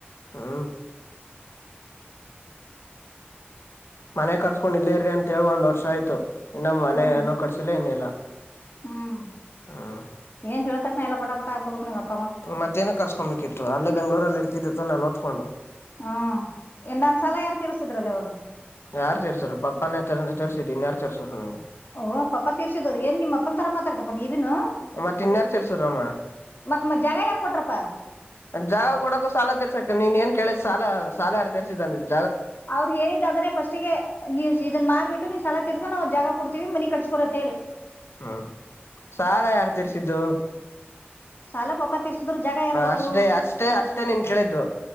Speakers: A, on the left; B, on the left.
A: ಹಾ ಮನೆ ಕಡ್ಸ್ಕೊಂಡ್ ಇಲ್ಲೇರ್ರಿ ಅಂತ ಹೇಳಿ ಒಂದ್ ವರ್ಷ ಆಯ್ತು ಇನ್ನೊ ಮನೆ
B: ಹ್ಮ್
A: ಕಟ್ಟಿಸಿಲ್ಲ ಏನಿಲ್ಲ
B: ಹ್ಮ್
A: ಹ್ಮ್
B: ಏನ್ ಹೇಲಿದ್ ತಕ್ಷಣ ಎಲ್ಲ ಪಟಾಪಟ ಆಗ್ಬಿಡ್ಬೇಕಕ್ ನಿನಗೆ
A: ಮತ್ತೆ ಏನುಕೆ ಕರಿಸ್ಕೊಬೇಕಿತು ಕ ಅಲ್ಲೇ ಬೆಂಗಳುರಲ್ಲಿ ಇರ್ತಿದ್ದೆ ತಾನೇ ಓದತ್ಕೊಂಡು
B: ಹ್ಮ ಇಲ್ಲಿ ನನ್ನ ಸಾಲ ಯಾರ್ ತೀರಿಸ್ತೀದ್ರು ಅವವಾಗ
A: ಯಾರು ಸೇರಿಸೋರು ಪಪ್ಪಾನೆ ತೀರಿಸಿದ್ದು ಇನ್ನ ಯಾರು ತೀರಿಸಿದ್ರು ನಿಂಗೆ
B: ಓ ಪಪ್ಪ ತೀರ್ಸಿದ್ದು ಏನ್ ನಿಮ್ಮ ಅಪ್ಪನ ತರ ಮಾತಾಡ್ತಪ್ಪ ನೀವಿನು
A: ಮತ್ತೆ ಇನ್ನ ಯಾರು ತೀರಿಸಿದ್ರಮ್ಮ
B: ಮತ್ ಮ ಜಾಗ ಯಾರು ಕೊಟ್ರಪ್ಪ
A: ಜಾಗ ಕೊಡಕ್ಕು ಸಾಲ ತೀರಿಸಕ ನೀನ್ ಏನ್ ಕೇಳಿದ ಸಾಲ ಸಾಲಯಾರ್ ತೀರಿಸಿದ್ದು ಅಂದಿದು
B: ಅವ್ರು ಹೇಳಿದ್ದಿ ಅದನ್ನೇ ಫಸ್ಟಿಗೆ ನೀ ಇದನ್ ಮಾರಿಬಿಟ್ಟು ನೀ ಸಾಲ ತಿರ್ಸು ನಾವು ಜಾಗ ಕೊಡ್ತೀವಿ ಮನಿ ಕಟ್ಸ್ಕೋ ಅಂತ ಹೇಳಿ
A: ಹ್ಮ್ ಸಾಲ ಯಾರ್ ತಿರ್ಸಿದ್ದು
B: ಸಾಲ ಪಪ್ಪ ತಿರ್ಸಿತು ಜಾಗ ಯಾರ್ ಕೊಟ್ರು
A: ಅಷ್ಟೇ ಅಷ್ಟೇ ಅಷ್ಟೇ ನೀನ್ ಕೇಳಿದ್ದು